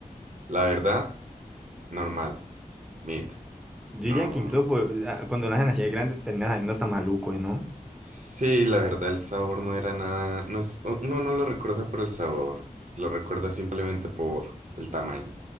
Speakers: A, on the right (about 60°); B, in the centre.
A: La verdad, normal. Meat.
B: Yo
A: No.
B: diría que incluso pues, ah, cuando lo hacen así de grande termina saliendo hasta maluco, ¿no?
A: Sí, la verdad, el sabor no era nada. No es, o- uno no lo recuerda por el sabor, lo recuerda simplemente por el tamaño.